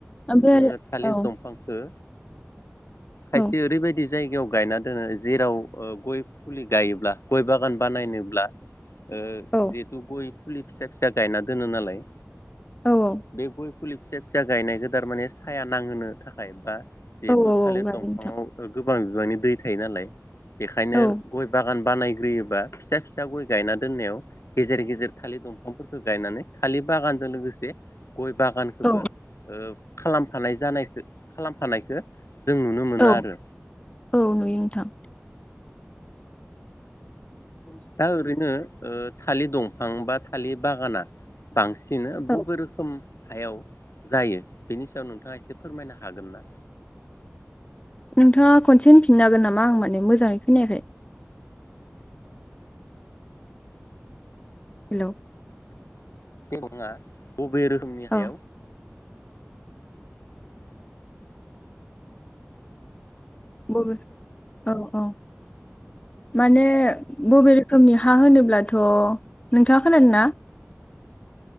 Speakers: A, on the left; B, on the left.
A: ओमफ्राय
B: जोङो थालिर
A: आरो
B: दंफांखौ खायसे
A: औ
B: ओरैबायदि जायगायाव गायना दोनो जेराव गय फुलि गायोब्ला गय बागान बानायनोब्ला ओ जिहेतु
A: औ
B: गय फुलि फिसा फिसा गायना दोनो नालाय
A: औ औ
B: बे गय फुलि फिसा फिसा गायनाय गोदार माने साया नांहोनो थाखाय बा जिहेतु
A: औ औ
B: थालिर
A: औ गारि
B: दंफांआव
A: नोंथां
B: गोबां बिबांनि दै थायो नालाय बेखायनो
A: औ
B: गय बागान बानायग्रोयोबा फिसा फिसा गय गायना दोननायाव गेजेर गेजेर थालिर दंफांफोर गायनानै थालिर बागानजों लोगोसे गय बागानखौबो
A: औ
B: ओ खालामफानाय जानायखौ खालामफानायखौ जों नुनो मोनो
A: औ
B: आरो
A: औ नुयो नोंथां।
B: दा ओरैनो ओ थालिर दंफां बा थालिर बागाना बांसि- नो बदिनो
A: औ
B: बबे रोखोम हायाव जायो बेनि सायाव नोंथाङा एसे फोरमायनो हागोन ना?
A: नोंथाङा खनसे होनफिननो हागोन नामा? आं माने मोजाङै खोनायाखै। हेल'
B: <unintelligible> बबे रोखोमनि
A: औ
B: हायाव
A: बबे औ औ माने बबे रोखोमनि हा होनोब्लाथ' नोंथाङा खोनादों ना?